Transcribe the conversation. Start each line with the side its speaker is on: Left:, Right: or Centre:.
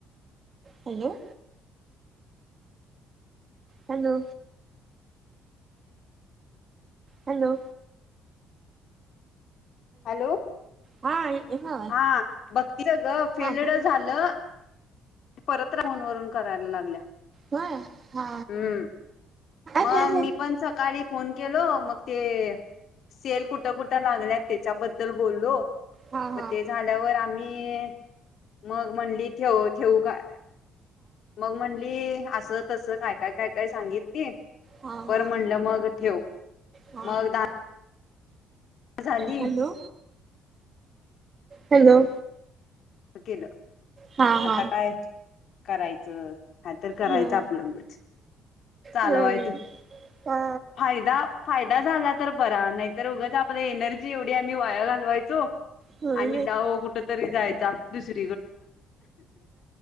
Right: हॅलो हॅलो हॅलो
Left: हॅलो
Right: हा येतोय का आवाज
Left: हा बघती ग फेल्ड
Right: हा होय
Left: झालं परत राहून वरून करायला लागल्या
Right: ह हा
Left: हम्म. मग
Right: हा
Left: मी पण सकाळी फोन केलो मग ते सेल कुठ कुठ लागल्या त्याच्याबद्दल बोललो
Right: हा हा हा
Left: मग ते झाल्यावर आम्ही मग म्हंली ठेव ठेवू का मग म्हणली अस त तसं काय काय काय काय सांगितली
Right: हा हा हा
Left: पर म्हणलं मग ठेव
Right: हा
Left: मग द झाली
Right: हॅलो हॅलो
Left: केलं
Right: हा
Left: आता
Right: हा
Left: काय करायचं हा तर करायचं
Right: होय
Left: आपलगच चाल
Right: होय
Left: आहे तर
Right: हा
Left: फायदा फायदा झाला तर बरा नाही तर उगाच आपल्या एनर्जी एवढी आम्ही वाया घालवायचो
Right: होय
Left: आणि दहा कुठ तरी जायचा दुसरी